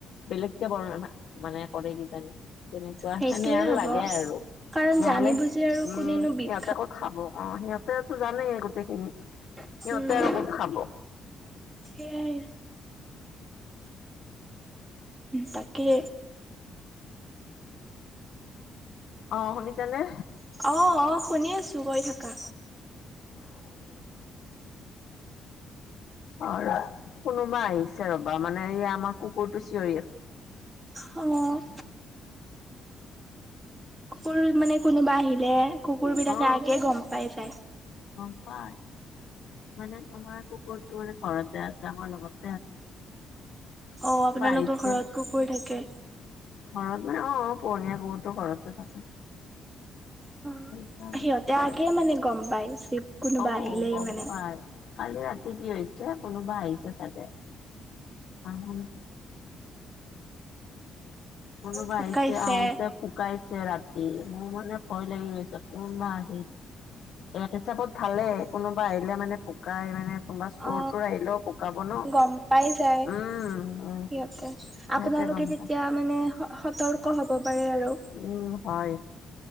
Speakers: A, on the left; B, on the right.
A: বেলেগকে <unintelligible> মানে কৰে কিজানি তেনেকুৱা
B: সেইটোৱে
A: সেনেহন
B: হ'ব।
A: লাগে আৰু।
B: কাৰণ
A: নহলে
B: জানি বুজি আৰু
A: উম'
B: কোনেনো বিষ
A: সিহঁতে ক'ত খাব অ' সিহত সিঁহতে জানেই গোটেইখিনি,
B: উম
A: সিহঁতে আৰু ক'ত খাব।
B: সেইয়াই তাকে।
A: অ' শুনিছানে?
B: অ', অ' শুনি আছো কৈ থাকা।
A: অ' ৰ কোনোবা আহিছে ৰবা মানে এই আমাৰ কুকুৰটো চিঞৰি আছে।
B: অ'। মোৰো মানে কোনোবা আহিলে। কুকুৰ বিলাকে
A: অ
B: আগে গম পাই যায়।
A: গম পাই মানে তোমাৰ কুকুৰটো মানে ঘৰতে আছে আমাৰ লগত।
B: অ' আপোনালোকৰ
A: আহিছে
B: ঘৰত কুকুৰ থাকে।
A: ঘৰত মানে অ' পোহনীয়া কুকুৰটো ঘৰতে থাকে।
B: উম।
A: সেইকাৰণে
B: এই আগেই মানে গম পায় চিপ কোনোবা
A: অ
B: আহিলেই
A: গম
B: মানে।
A: পাই কালি ৰাতি কি হৈছে কোনোবা আহিছে চাগে, আহ কোনো
B: ফুকাইছে
A: আহিছে আহোঁতে কুক ভকাইছে ৰাতি মই মানে ভয় লাগি গৈছে কোন বা আহিল। এক হিচাপত ভালে কোনোবা আহিলে মানে ভোকাই মানে কোনোবা চোৰটোৰ
B: অ
A: আহিলেও ভোকাব ন'
B: গম পাই যায়
A: উম উম।
B: সিহঁতে
A: সিহঁতে
B: আপোনালোকে
A: গম
B: তেতিয়া
A: পাই
B: মানে স-সতৰ্ক হব পাৰে আৰু।
A: উম হয়।